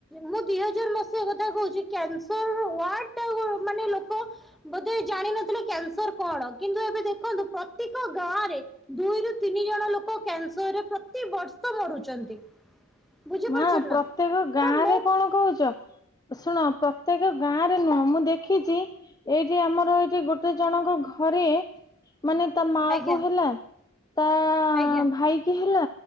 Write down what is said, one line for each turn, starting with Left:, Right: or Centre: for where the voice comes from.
Centre: ମୁଁ ଦି ହଜାର ମସିହା କଥା କହୁଛି କ୍ୟାନ୍ସର ୱାଡ ଟା ଲୋକ। ବୋଧେ ଜାଣିିନଥିଲେ କ୍ୟାନସର କଣ କିନ୍ତୁ ଏବେ ଦେଖନ୍ତୁ ପ୍ରତ୍ୟେକ ଗାଁରେ। ଦୁଇରୁୁ ତିନି ଜଣ ଲୋକ କ୍ୟାନସରରେ ପ୍ରତି ବର୍ଷ ମରୁଛନ୍ତି। ବୁଝିପାରୁଛନ୍ତି
Left: ମା
Centre: ନା
Left: ପ୍ରତ୍ୟେକ ଗାଁ
Centre: ତ ମୋ
Left: ରେ କଣ କହୁଛ। ଶୁଣ ପ୍ରତ୍ୟେକ ଗାଁ ରେ ନୁହଁ ମୁଁ ଦେଖିଛି। ଏଇଠି ଆମର ଏଇଠି ଗୋଟେ ଜଣଙ୍କ ଘରେ। ମାନେ ତା ମା
Centre: ଆଜ୍ଞା
Left: କୁ ହେଲା ତା
Centre: ଆଜ୍ଞା
Left: ଭାଇ କିି ହେଲା।